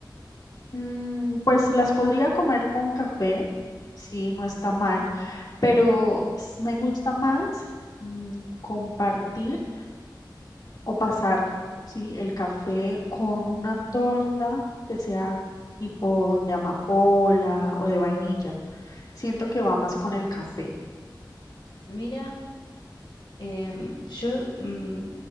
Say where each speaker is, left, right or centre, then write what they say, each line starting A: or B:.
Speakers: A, on the left; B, on the left.
A: Mm, pues las podría comer con café, sí, no está mal, pero s- me gusta más mm, compartir O pasar, ¿sí? El café con una torta que sea tipo de amapola o de vainilla. Siento que va más con el café,
B: Mira, em, yo mm,